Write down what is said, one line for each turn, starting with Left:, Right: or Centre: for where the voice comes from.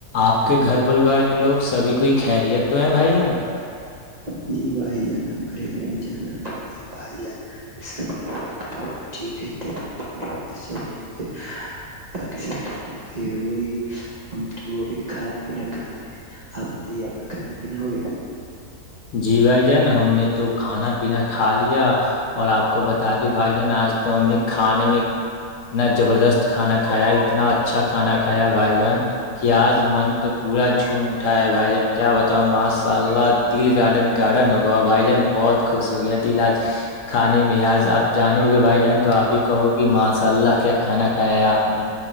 Left: آپ کے گھر پریوار کے لوگ سبھی کوئی خیریت تو یہ بھائی جان
Right: نہیںی بھائی جان ہمارے امی جان ابو جان بھائی جان سبھی لوگ سب کچھ ٹھیک ہے تبھیعت د کا سب ٹھیک ہے بقی سب تو ٹھیک ہے وہی ہم تو ابھی کھانا پینا کھائے ہیں آپ بتائیے آپ کا کھانا پینا ہو گیا
Left: جی بھائی جان ہم نے تو کھانا پینا کھا لیا اور آپ کو بتا د بھائی جان آج تو ہم نے کھانے میں اتنا زبردست کھانا کھایا اتنا اچھا کھانا کھایا بھائی جان کیا آج من تو پورا جھوم اٹھا ہے بھائی جان کیا بتاؤں ماشاء اللہ دل گارڈن گارڈن ہوگا بھائی جان بہت خوش ہو گیا دل آج کھانے میں آج آپ جانو گے بھائی جان تو آپ بھی کہو گی ماشاء اللہ کیا کھانا کھایا ہے آپ نے